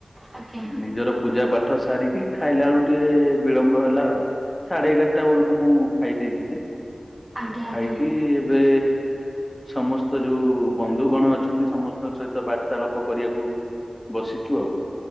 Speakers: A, on the right (about 25°); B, on the left (about 20°).
A: ଆଜ୍ଞା ଆଜ୍ଞା
B: ନିଜର ପୂଜା ପାଠ ପାଠ ସାରିକି ଖାଇଲା ବେଳୁ ଟିକେ ବିଳମ୍ବ ହେଲା ଆଉ। ସାଢେ ଏଗାରଟା ବେଳକୁ ମୁଁ ଖାଇ ଦେଇେଇଥିଲି
A: ଆଜ୍ଞା ଆଜ୍ଞା
B: ଖାଇକି ଏବେ ସମସ୍ତ ଯୋଉ ବନ୍ଧୁଗଣ ଅଛନ୍ତି ସମସ୍ତଙ୍କ ସହିତ ବାର୍ତ୍ତାଳାପ କରିବାକୁ ବସିଛୁ ଆଉ।